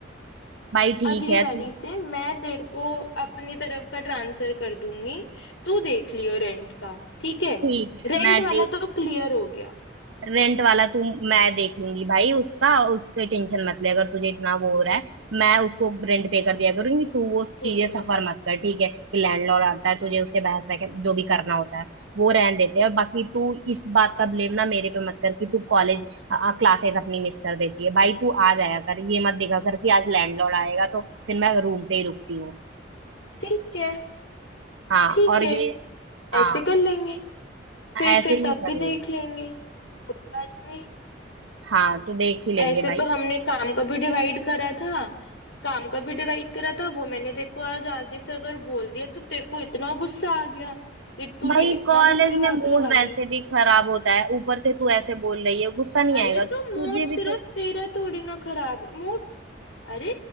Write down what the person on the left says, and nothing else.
अगली
बारी
से मैं तेरे को अपनी तरफ का ट्रांसफर कर दूंगी तू देख लियो रेंट का ठीक है
रेंट
वाला तो क्लियर हो गया
ठीक है
ठीक है
ठीक
है
ऐसे कर लेंगे फिर
फिर
तब
भी
देख लेंगे कोई बात नहीं
ऐसे
तो हमने काम का भी डिवाइड करा था काम का भी डिवाइड करा था वो मैंने तेरे को आज आगे से अगर बोल दिया तो तेरे को इतना गुस्सा आ गया कि तूने
इतना
दिल पे बात
लगा ली
अरे
तो मूड
सिर्फ
तेरा थोड़ी ना खराब है मूड अरे